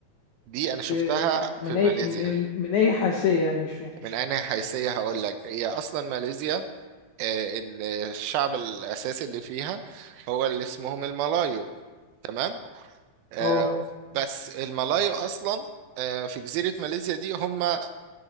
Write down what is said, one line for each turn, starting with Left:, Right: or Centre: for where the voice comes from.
Right: دي
Left: ب...
Right: انا شفتها
Left: م-
Right: في
Left: من
Right: ماليزيا
Left: اي من... من اي حاشيه يعني مش فاهم
Right: من انهي حيثية هقول لك هي اصلا ماليزيا آه، ال- الشعب الأساسي اللي فيها هو اللي اسمهم الملايو تمام آه،
Left: اه
Right: بس الملايو أصلا آه، في جزيرة ماليزيا دي هم آه،